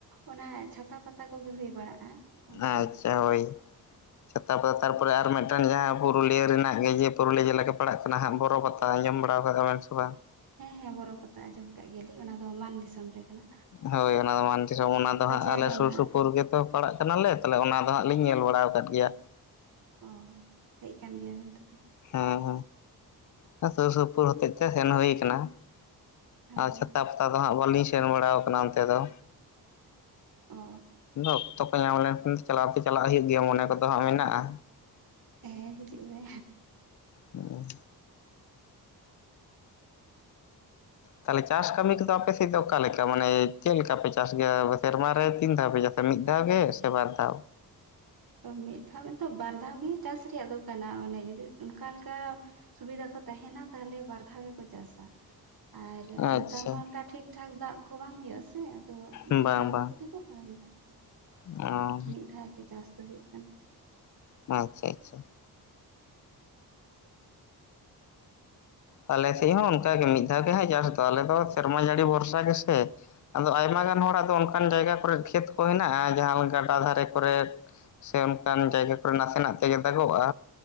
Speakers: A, on the right (about 60°); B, on the left (about 50°).
A: ᱚᱱᱟ ᱪᱷᱟᱛᱟ ᱯᱟᱛᱟ ᱠᱚᱜᱮ ᱦᱩᱭ ᱵᱟᱲᱟᱜᱼᱟ ᱚᱱᱟ
B: ᱟᱪᱪᱷᱟ ᱦᱳᱭ ᱛᱟᱨᱯᱚᱨᱮ ᱛᱟᱨᱯᱚᱨᱮ ᱟᱨ ᱢᱤᱫᱴᱟᱝ ᱡᱟᱦᱟᱸ ᱯᱩᱨᱩᱞᱤᱭᱟᱹ ᱨᱮᱱᱟᱜ ᱜᱮ ᱡᱮ ᱯᱩᱨᱩᱞᱤᱭᱟᱹ ᱡᱮᱞᱟᱜᱮ ᱯᱟᱲᱟᱜ ᱠᱟᱱᱟ ᱦᱟᱸᱜ ᱵᱚᱨᱚ ᱯᱟᱛᱟ ᱟᱸᱡᱚᱢ ᱵᱟᱲᱟ ᱠᱟᱜ ᱟᱵᱤᱱ ᱥᱮ ᱵᱟᱝ
A: ᱦᱮᱸ ᱦᱮᱸ ᱵᱚᱨᱚ ᱯᱟᱛᱟ ᱟᱸᱡᱚᱢ ᱠᱟᱜ ᱜᱮᱭᱟ ᱞᱤᱧ ᱚᱱᱟ ᱫᱚ ᱢᱟᱱ ᱫᱤᱥᱚᱢ ᱨᱮ ᱠᱟᱱᱟ
B: ᱦᱳᱭ ᱚᱱᱟ ᱢᱟᱱ ᱫᱤᱥᱚᱢ ᱚᱱᱟ
A: ᱢᱟᱱ
B: ᱫᱚ
A: ᱵᱟᱡᱟᱨ
B: ᱦᱟᱸᱜ ᱟᱞᱮ
A: ᱚᱱᱟ
B: ᱥᱩᱨ ᱥᱩᱯᱩᱨ ᱜᱮᱛᱚ ᱯᱟᱲᱟᱜ ᱠᱟᱱᱟ ᱞᱮ ᱛᱟᱦᱚᱞᱮ ᱚᱱᱟ ᱫᱚ ᱦᱟᱸᱜ ᱞᱤᱧ ᱧᱮᱞ ᱵᱟᱲᱟᱣ ᱠᱟᱫ ᱜᱮᱭᱟ
A: ᱚ ᱦᱮᱡ ᱠᱟᱱ ᱜᱮᱭᱟ ᱵᱮᱱ ᱛᱚᱵᱮ
B: ᱦᱮᱸ ᱦᱮᱸ ᱥᱩᱨ ᱥᱩᱯᱩᱨ ᱦᱚᱛᱮᱡ ᱛᱮ ᱥᱮᱱ ᱦᱩᱭᱩ ᱠᱟᱱᱟ
A: ᱦᱳᱭ
B: ᱪᱷᱟᱛᱟ ᱯᱟᱛᱟ ᱫᱚ ᱦᱟᱸᱜ ᱵᱟᱹᱞᱤᱧ ᱥᱮᱱ ᱵᱟᱲᱟᱣ ᱠᱟᱱᱟ ᱚᱱᱛᱮ ᱫᱚ
A: ᱚ
B: ᱚᱠᱛᱚ ᱠᱚ ᱧᱟᱢ ᱞᱮᱱ ᱠᱷᱟᱱ ᱪᱟᱞᱟᱣ ᱫᱚ ᱪᱟᱞᱟᱜ ᱦᱩᱭᱩᱜ ᱜᱮᱭᱟ ᱢᱚᱱᱮ ᱠᱚᱫᱚ ᱦᱟᱸᱜ ᱢᱮᱱᱟᱜᱼᱟ
A: ᱦᱮᱸ ᱦᱤᱡᱩᱜ ᱢᱮ
B: ᱦᱩᱸ ᱛᱟᱦᱚᱞᱮ ᱪᱟᱥ ᱠᱟᱹᱢᱤ ᱠᱚᱫᱚ ᱟᱯᱮ ᱥᱮᱫ ᱫᱚ ᱚᱠᱟ ᱞᱮᱠᱟ ᱢᱟᱱᱮ ᱪᱮᱫ ᱞᱮᱠᱟ ᱯᱮ ᱪᱟᱥ ᱜᱮᱭᱟ ᱥᱮᱨᱢᱟ ᱨᱮ ᱛᱤᱱ ᱫᱷᱟᱣ ᱯᱮ ᱪᱟᱥ ᱢᱤᱫ ᱫᱷᱟᱣ ᱜᱮ ᱥᱮ ᱵᱟᱨ ᱫᱷᱟᱣ
A: ᱢᱤᱫ ᱫᱷᱟᱣ ᱱᱤᱛᱚᱜ ᱵᱟᱨ ᱫᱷᱟᱣ ᱜᱮ ᱪᱟᱥ ᱨᱮᱭᱟᱜ ᱫᱚ ᱠᱟᱱᱟ ᱚᱱᱮ ᱡᱩᱫᱤ ᱚᱱᱠᱟ ᱞᱮᱠᱟ ᱥᱩᱵᱤᱫᱷᱟ ᱠᱚ ᱛᱟᱸᱦᱮᱱᱟ ᱛᱟᱦᱚᱞᱮ ᱵᱟᱨ ᱫᱷᱟᱣ ᱜᱮᱠᱚ ᱪᱟᱥᱟ ᱟᱨ
B: ᱟᱪᱪᱷᱟ
A: ᱱᱮᱛᱟᱨ ᱢᱟ ᱚᱱᱠᱟ ᱴᱷᱤᱠ ᱴᱷᱟᱠ ᱫᱟᱜ ᱠᱚ ᱵᱟᱝ ᱦᱩᱭᱩᱜᱼᱟ ᱥᱮ ᱟᱫᱚ ᱢᱤᱫ
B: ᱵᱟᱝ
A: ᱫᱷᱟᱣ
B: ᱵᱟᱝ
A: ᱛᱮᱜᱮ ᱠᱚ ᱯᱟᱨᱚᱢ ᱠᱟᱜ ᱠᱟᱱᱟ
B: ᱚ
A: ᱢᱤᱫ ᱫᱷᱟᱣ ᱜᱮ ᱪᱟᱥ ᱫᱚ ᱦᱩᱭᱩᱜ ᱠᱟᱱᱟ
B: ᱟᱪᱪᱷᱟ ᱟᱪᱪᱷᱟ ᱟᱞᱮ ᱥᱮᱫ ᱦᱚᱸ ᱚᱱᱠᱟᱜᱮ ᱢᱤᱫ ᱫᱷᱟᱣ ᱜᱮ ᱦᱟᱸᱜ ᱪᱟᱥᱼᱟ ᱟᱞᱮ ᱫᱚ ᱥᱮᱨᱢᱟ ᱡᱟᱹᱲᱤ ᱵᱷᱚᱨᱥᱟ ᱜᱮᱥᱮ ᱟᱫᱚ ᱟᱭᱢᱟ ᱜᱟᱱ ᱦᱚᱲᱟᱜ ᱫᱚ ᱚᱱᱠᱟᱱ ᱡᱟᱭᱜᱟ ᱠᱚᱨᱮᱜ ᱠᱷᱮᱛ ᱠᱚ ᱦᱮᱱᱟᱜᱼᱟ ᱡᱟᱦᱟᱸ ᱜᱟᱰᱟ ᱫᱷᱟᱨᱮ ᱠᱚᱨᱮᱜ ᱥᱮ ᱚᱱᱠᱟᱱ ᱡᱟᱭᱜᱟ ᱠᱚᱨᱮ ᱱᱟᱥᱮᱱᱟᱜ ᱛᱮᱜᱮ ᱫᱟᱜᱚᱜᱼᱟ